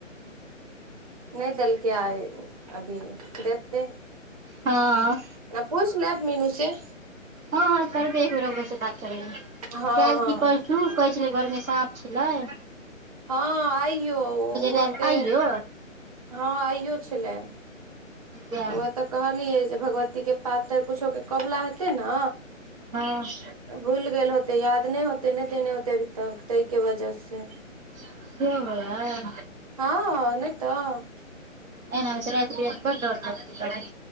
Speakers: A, on the right; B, on the right.
A: नै देलकै आय अभी देतय।
B: हां।
A: न पूइछ लेब मीनू सेे
B: हां-हां करबे एक बेर ओकरो से बात करबे
A: हँ
B: काएल
A: हँ
B: की परसु हां कहय छलय घर मे साँप छलय।
A: हां आइयो उहो
B: राति
A: ते
B: आइयो
A: हां आइयो छलय।
B: जा
A: वैह तऽ कहलियै जे भगवती के पातैर कूछो के कोबला हेतय नै।
B: हां।
A: भूईल गेल होतय, याद नै होतय नै देेने होतय अभी तक। तै के वजह से
B: सेहो होइ हइ
A: हां नै तऽ
B: एना में त राएत-बिराएत बड्ड डर लगतै तबै।